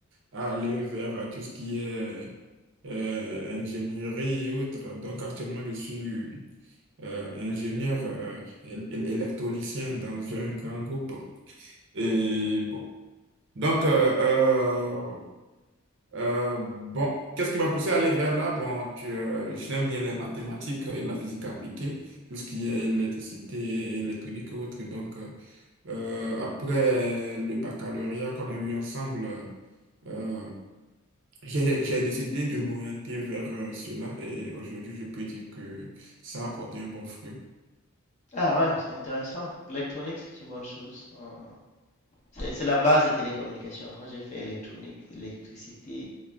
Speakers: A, on the right; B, on the left.
A: à aller vers euh, tout ce qui est euh, ingénierie et autres. Donc actuellement, je suis euh, ingénieur euh, él- él- électronicien dans un grand groupe. Et bon, donc euh, euh, euh, bon, qu'est-ce qui m'a poussé à aller vers là? Bon, tu, euh, j'aime bien les mathématiques et la physique appliquée, tout ce qui est électricité, électronique et autres. Donc, euh, euh, après le baccalauréat qu'on a eu ensemble, euh, j'ai, j'ai décidé de m'orienter vers euh, cela et aujourd'hui, je peux dire que ça a apporté un bon fruit.
B: Ah ouais, c'est intéressant. L'électronique, c'est une bonne chose. On- C'est la base des télécommunications. Moi, j'ai fait électronique, électricité